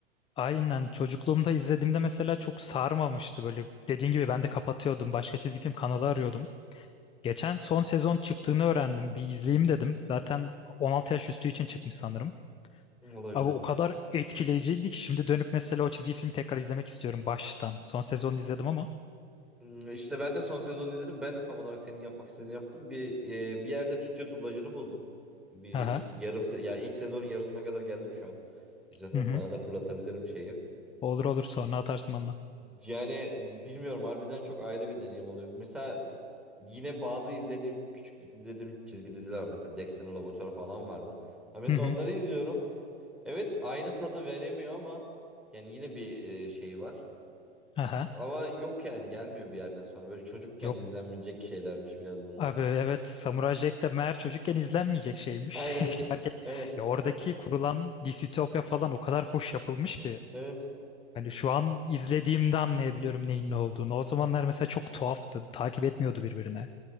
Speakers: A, on the left; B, in the centre.
A: aynen çocukluğumda izlediğimde mesela çok sarmamıştı. Böyle dediğin gibi ben de kapatıyordum. Başka çizgi film kanalı arıyordum. Geçen son sezon çıktığını öğrendim. Bir izleyeyim dedim. Zaten 16 yaş üstü için çıkmış sanırım.
B: olabilir.
A: Abi o kadar etkileyiciydi ki şimdi dönüp mesela o çizgi filmi tekrar izlemek istiyorum baştan. Son sezonu izledim ama.
B: Hmm, İşte ben de son sezonu izledim. Ben de tam olarak senin yapmak istediğini yaptım. Bir e, bir yerde Türkçe dublajını buldum. Bir
A: Aha.
B: yarım se yani ilk sezonun yarısına kadar geldim şu an. İstiyorsan
A: Hı
B: sana
A: hı.
B: da fırlatabilirim şeyi.
A: Olur olur sonra atarsın bana.
B: Yani bilmiyorum harbiden çok ayrı bir deneyim oluyor. Mesela yine bazı izlediğim küçüklük izlediğim çizgi diziler var. Mesela Dexter'ın Laboratuvarı falan vardı. Ha mesela
A: Hı hı.
B: onları izliyorum. Evet aynı tadı veremiyor ama yani yine bir e, şey var.
A: Aha.
B: Ama yok yani gelmiyor bir yerden sonra. Böyle çocukken
A: Yok
B: izlenmeyecek şeylermiş biraz bunlar.
A: abi evet Samurai Jack de meğer çocukken izlenmeyecek şeymiş.
B: <laughs> Aynen.
A: <laughs> Hiç fark et.
B: Aynen.
A: Ya oradaki
B: Ka-
A: kurulan distopya falan o kadar hoş yapılmış ki.
B: evet.
A: Hani şu an izlediğimde anlayabiliyorum neyin ne olduğunu. O zamanlar mesela çok tuhaftı. Takip etmiyordu birbirine.